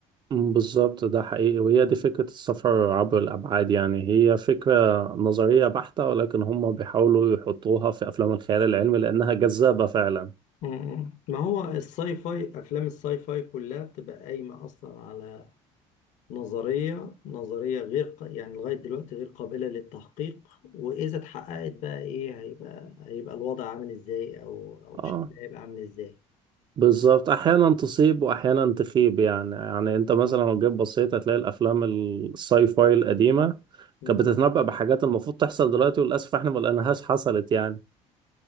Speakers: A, on the right (about 35°); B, on the left (about 65°).
A: مم، بالظبط ده حقيقي وهي دي فكرة السفر عبر الأبعاد يعني هي فكرة نظرية بحتة ولكن هم بيحاولوا يحطوها في أفلام الخيال العلمي لأنها جذابة فعلا
B: مم. ما هو الساي فاي افلام الساي فاي كلها بتبقى قايمه اصلا على نظريه نظريه غير ق- يعني لغايه دلوقتي غير قابله للتحقيق واذا اتحققت بقى ايه هيبقى هيبقى الوضع عامل ازاي او او شكلها
A: آه
B: هيبقى عامل ازاي
A: بالظبط احيانا تصيب واحيانا تخيب يعني يعني انت مثلا لو جيت بصيت هتلاقي الافلام الساي فاي القديمه
B: مم.
A: كانت بتتنبأ بحاجات المفروض تحصل دلوقتي وللاسف احنا ما لقيناهاش حصلت يعني